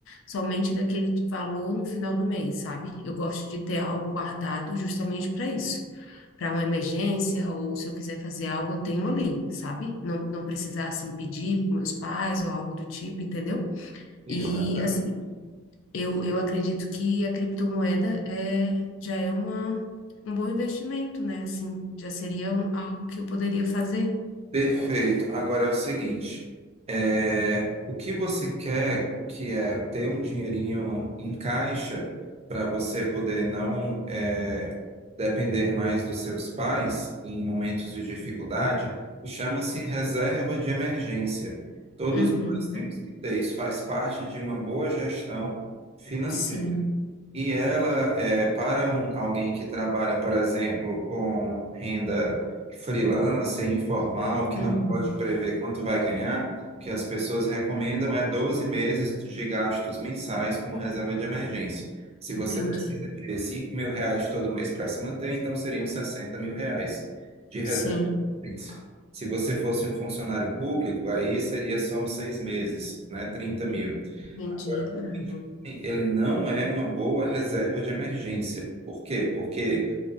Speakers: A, on the left (about 70°); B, on the right (about 30°).
A: somente daquele valor no final do mês, sabe? Eu gosto de ter algo guardado justamente para isso para uma emergência ou se eu quiser fazer algo, eu tenho ali, sabe? Não, não precisar assim pedir para meus pais ou algo do tipo, entendeu?
B: Exatamente.
A: E assim, eu, eu acredito que a criptomoeda é, já é uma, um bom investimento, né? Assim, já seria um- algo que eu poderia fazer.
B: Perfeito. Agora é o seguinte, é, o que você quer que é ter um dinheirinho em caixa para você poder não é, depender mais dos seus pais em momentos de dificuldade, chama-se reserva de emergência. Todos
A: Uhum.
B: nós temos que ter isso, faz parte de uma boa gestão financeira.
A: Sim.
B: E ela, é, para um, alguém que trabalha, por exemplo, com renda freelancer, informal, que
A: Uhum.
B: não pode prever quanto vai ganhar, o que as pessoas recomendam é 12 meses de gastos mensais como reserva de emergência. Se você
A: Entendi.
B: precisa de 5 mil reais todo mês para se manter, então seriam 60 mil reais de reserva
A: Sim,
B: de emergência. Se você fosse um funcionário público, aí seria só uns seis meses, né? 30 mil.
A: entendi.
B: Agora, o
A: Uhum.
B: Bitcoin, ele não é uma boa reserva de emergência. Por quê? Porque